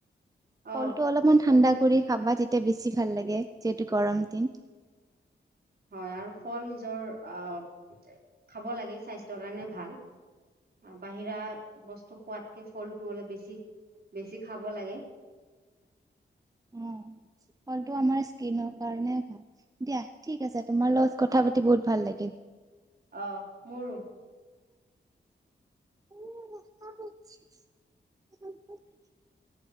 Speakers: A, on the right; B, on the right.
A: অ',
B: কল টো অলপমান
A: খোৱা
B: ঠাণ্ডা কৰি খাবা তেতিয়া। বেছি ভাল লাগে যিহেতু গৰম দিন।
A: হয় আৰু ফল নিজৰ আ খাব লাগে ।স্বাস্থ্যৰ কাৰণে ভাল। বাহিৰা বস্ত টো খুৱাতকে ফলটো অলপ বেছি বেছি খাব লাগে।
B: অ ফলটো আমাৰ স্কিনৰ কাৰণে ভাল দিয়া, ঠিক আছে তোমাৰ লগত কথা পাতি বহুত ভাল লাগিল
A: আহ মোৰো।
B: <unintelligible>